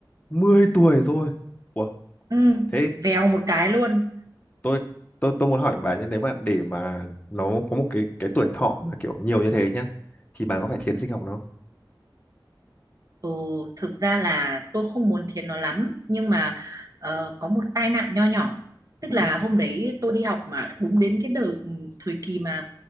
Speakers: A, on the left; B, on the right.
A: 10 tuổi rồi. Wow.
B: Ừ,
A: Thế
B: vèo một cái luôn.
A: tôi tôi tôi muốn hỏi bà nhé, nếu mà để mà nó có một cái cái tuổi thọ mà kiểu nhiều như thế nhá thì bà có phải thiến sinh học nó không?
B: Ừ, thực ra là tôi không muốn thiến nó lắm. Nhưng mà ờ, có một tai nạn nho nhỏ. Tức
A: Ừ.
B: là hôm đấy tôi đi học mà đúng đến cái đời, ừ, thời kỳ mà